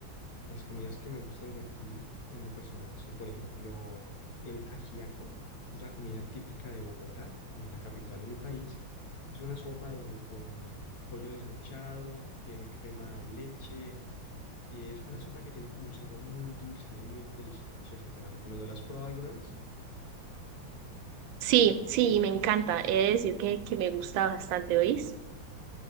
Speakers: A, on the left; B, on the right.
A: Las comidas que me gustan de aquí, en lo personal, son, por ejemplo, el ajiaco. Es la comida típica de Bogotá, de la capital de mi país. Es una sopa de- con pollo desmechado, tiene crema de leche. eh, es una sopa que tiene como un sabor muy dulce, es muy deliciosa. Te la recomiendo. ¿La has probado alguna vez?
B: Sí, sí, me encanta. He de decir que, que me gusta bastante, ¿oís?